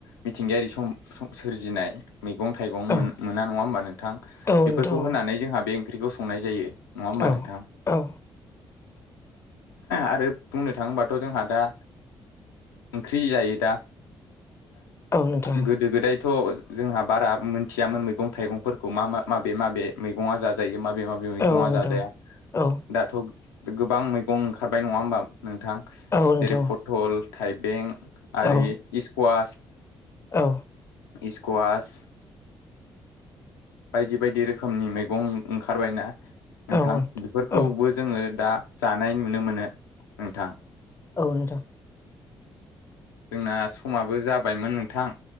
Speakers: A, on the left; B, on the left.
A: मिथिंगायारि सम-सम सोरजिनाय। मैगं थाइगं मोन-मोना
B: औ
A: नङा होमबा? नोंथां।
B: औ
A: बेफोरखौ
B: नोंथां
A: होनानै जोंहा बे ओंख्रिखौ संनाय जायो। नङा होमबा?
B: औ
A: नोंथां।
B: औ
A: आरो बुंनो थाङोबाथ' जोंहा दा ओंख्रि जायो। दा
B: औ नोंथां
A: गोदो-गोदायथ' जोंहा बारा मोन मिथियामोन मैगं-थाइगंफोरखौ मा-मा माबे-माबे मैगंआ जायो। माब माबे-माबे मैगङा
B: औ नोंथां
A: जा-जाया।
B: औ
A: दाथ' गोबां मैगं ओंखारबाय नङा होमबा? नोंथां
B: औ नोंथां
A: जेरै पटल, थाइबें, आरि
B: औ
A: इस्कुवास।
B: औ।
A: इस्कुवास बायदि-बायदि रोखोमनि मैगं ओंखारबाय ना? नोंथां।
B: औ
A: बेफोरखौबो
B: औ
A: जोङो दा जानाय नुनो मोनो नोंथां।
B: औ नोंथां।
A: जोंना समाबो जाबायमोन नोंथां।